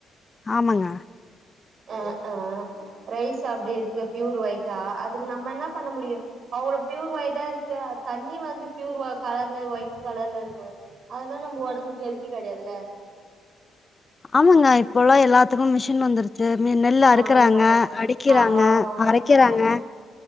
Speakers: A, on the left; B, on the right.
A: ஆமாங்க
B: அ ஆ ரைஸ் அப்படி இருக்கு ப்யூர் ஒய்ட்டா அது நம்ம என்ன பண்ண முடியும் அவ்வளோ ப்பியூர் ஒயிட்டா இருக்கு தண்ணி வந்து ப்பியூர் கலர்ல ஒயிட் கலர்ல இருக்கு அதெல்லாம் நம்ம உடம்புக்கு ஹெல்தி கிடையாதுல
A: ஆமாங்க இப்பல்லாம் எல்லாத்துக்கும் மிஷின் வந்துருச் நெல் அறுக்குறாங்க
B: ஆமா.
A: அடிக்கிறாங்க
B: ஆமாமா.
A: அரைக்கிறாங்க
B: ஆமா, ஆமா.